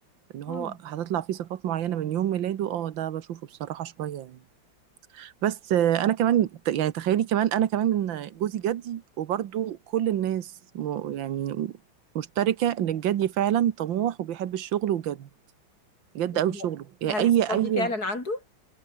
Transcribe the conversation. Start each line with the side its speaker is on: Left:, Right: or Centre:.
Right: ان هو
Left: اه
Right: هتطلع فيه صفات معينة من يوم ميلاده اه ده بشوفه بصراحة شوية يعني بس آه، انا كمان ت- يعني تخيلي كمان انا كمان من جوزي جدي وبرضو كل الناس م- يعني مشتركة ان الجدي فعلا طموح وبيحب الشغل وجد جد
Left: يعني
Right: قوي
Left: هو-
Right: شغله يعني
Left: هل
Right: اي
Left: الصفات
Right: اي
Left: دي فعلا عنده